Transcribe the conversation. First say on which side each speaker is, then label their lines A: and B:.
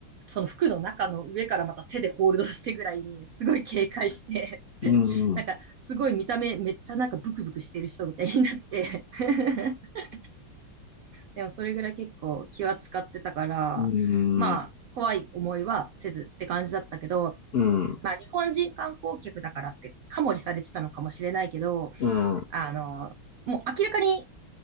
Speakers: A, on the right (about 90°); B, on the left (about 75°).
A: その服の中の上からまた手でホールドしてぐらいに、すごい警戒して、
B: う。
A: <laughs>
B: うん。
A: なんか、
B: うん
A: すごい見た目めっちゃなんかブクブクしてる人みたいになって <laughs> でもそれぐらい結構気は使ってたから、
B: う
A: まあ、
B: ん。
A: 怖い思いはせずって感じだったけど、
B: うーん。
A: まあ、日本人観光客だからってカモリされてたのかもしれないけど、
B: うん。うん。
A: あの、もう明らかに